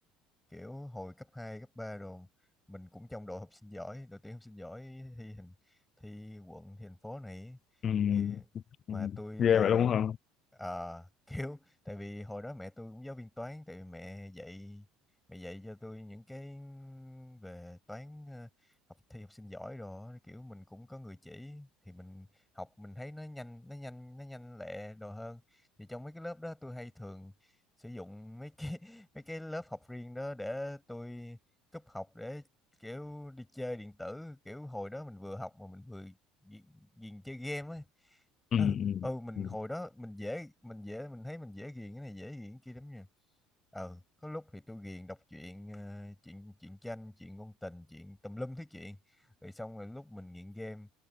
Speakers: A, in the centre; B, on the left.
A: kiểu hồi cấp 2 cấp 3 rồi mình cũng trong đội học sinh giỏi đội tuyển học sinh giỏi thi hình thi quận thi thành phố này
B: ừ,
A: kia mà
B: ừ,
A: tôi
B: ghê
A: toàn
B: vậy luôn hả
A: ờ, <laughs> kiểu tại vì hồi đó mẹ tôi cũng giáo viên toán tại vì mẹ dạy mẹ dạy cho tôi những cái về toán ờ, học thi học sinh giỏi rồi á, kiểu mình cũng có người chỉ thì mình học mình thấy nó nhanh nó nhanh nó nhanh lẹ đồ hơn thì trong mấy cái lớp đó tôi hay thường sử dụng mấy cái <laughs> mấy cái lớp học riêng đó để tôi cúp học để kiểu đi chơi điện tử kiểu hồi đó mình vừa học mà mình vừa ghiền, chơi game ấy ừ,
B: ừ, ừ,
A: ừ mình
B: ừ,
A: hồi đó mình dễ mình dễ mình thấy mình dễ ghiền cái này dễ ghiền cái kia lắm nha ừ có lúc thì tôi ghiền đọc truyện ờ, chuyện chuyện tranh chuyện ngôn tình chuyện tùm lum thứ chuyện rồi xong rồi lúc mình nghiện game